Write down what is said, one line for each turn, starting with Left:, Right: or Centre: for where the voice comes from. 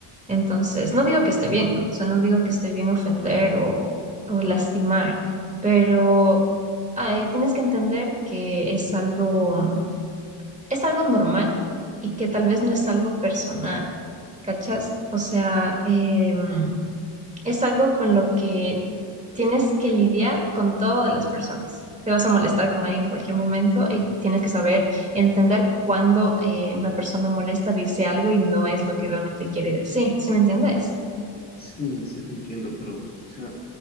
Right: Entonces, no digo que esté bien, ¿no? O sea, no digo que esté bien ofender o, o lastimar, pero ah, eh, tienes que entender que es algo, es algo normal y que tal vez no es algo personal, ¿cachas? O sea, em, es algo con lo que tienes que lidiar con todas las personas. Te vas a molestar con alguien en cualquier momento y tienes que saber entender cuando eh, una persona molesta dice algo y no es lo que realmente quiere decir. ¿Sí me entiendes?
Left: Sí, sí te entiendo, pero, o sea,